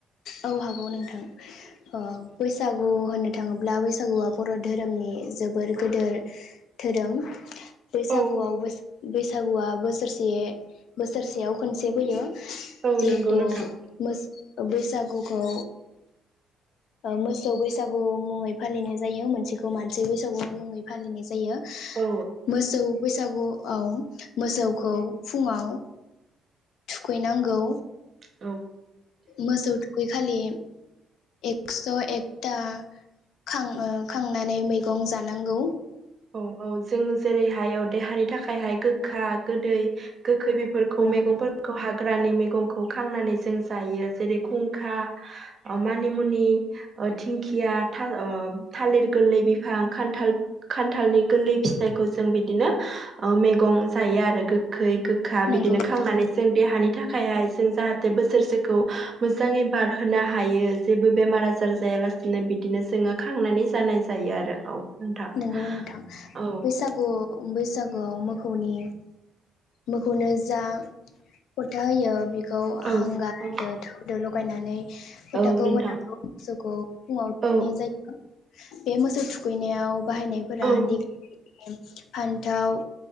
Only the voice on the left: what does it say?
औ हागौ नोंथां औ बैसागु होननो थाङोब्ला बैसागुआ बर धोरोमनि जोबोर गोदोर धोरोम बैसागुआव
बैसा सागुआ बोसोरसे बोसोरसेयाव खनसे फैयो
जिहेथु
मो अ बेैसाग गुखौ मोसौ बैसागु मुङै फालिनाय जायो मोनसेखौ मानसि बैसागु मुङै फालिनाय जायो
मोसौ बैसागु औ मोसौखौ फुङाव थुखैनांगौ
मोसौ थु खैखालि एक्स एकथा खां ओ खांनानै मैगं जानांगौ
नंगौ
नंगौ नोंथां
नोंगौ नोंथां
बैसागु बैसागुआव मोखौ मोने मोखौनो जा फोथा होयो खौ
हांगारदो
थुदोल' गायनानै फोथाखौ
होनांगौ मोसौखौ फुङाव थुखैनाय
जायो। बे मोसौ थुखै नायाव बाहायनायफोरा
दिगलिलिथि फान्थाव